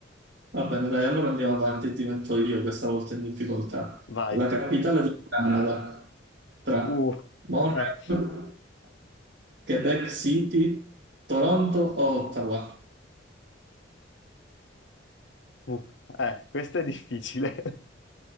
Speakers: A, on the right; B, on the left.
A: Va bene, dai, allora andiamo avanti e ti metto io questa volta in difficoltà.
B: Vai.
A: La capitale del Canada tra
B: Uh,
A: Montreal,
B: eh,
A: Quebec City, Toronto o Ottawa?
B: uh, eh, questo è difficile. <laughs>